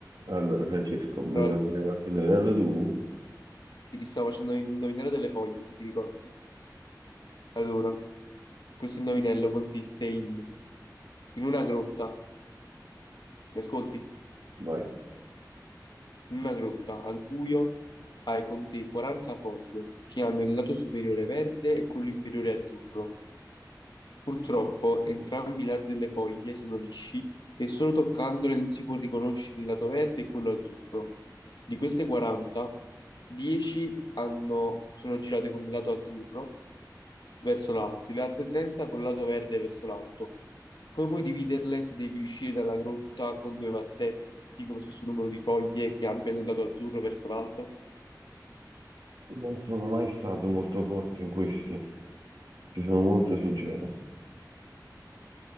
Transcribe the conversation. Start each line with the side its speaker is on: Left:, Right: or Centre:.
Right: Allora, Francesco, mi
Left: Allora,
Right: vuoi fare qualche indovinello tu?
Left: ti ti stavo facendo il indovinello delle foglie, se ti ricordi. Allora, questo indovinello consiste in, in una grotta, mi ascolti?
Right: Vai.
Left: In una grotta, al buio, hai con te 40 foglie che hanno il lato superiore verde e quello inferiore azzurro. Purtroppo, entrambi i lati delle foglie sono lisci e solo toccandole non si può riconoscere il lato verde e quello azzurro. Di queste 40, 10 hanno- sono girate con il lato azzurro verso l'alto e le altre 30 col lato verde verso l'alto. Come puoi dividerle se devi uscire dalla grotta con due mazzetti con lo stesso numero di foglie che abbiano il lato azzurro verso l'alto?
Right: Non sono mai stato molto forte in questi, ti sono molto sincero.